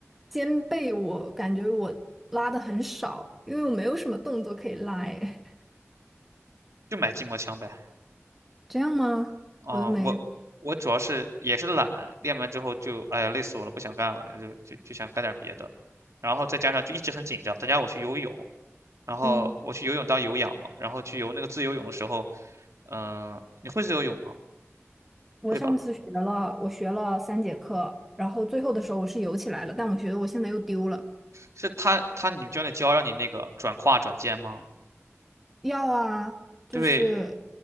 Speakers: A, in the centre; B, on the right (about 80°).
A: 肩背我感觉我拉的很少，因为我没有什么动作可以拉，哎，
B: 就买筋膜枪呗。
A: <laughs> 这样吗？
B: 啊，
A: 我都没有。
B: 我我主要是也是懒，练完之后就哎呀累死我了，不想干了，就就就想干点别的，然后再加上就一直很紧张，再加上我去游泳，然后我去游泳当有氧嘛，
A: 嗯，
B: 然后去游那个自由泳的时候，嗯、你会自由泳吗？
A: 我上次学了，
B: 会吧？
A: 我学了三节课，然后最后的时候我是游起来了，但我觉得我现在又丢了。
B: 是他他你们教练教让你那个转胯转肩吗？
A: 要啊，就是
B: 对，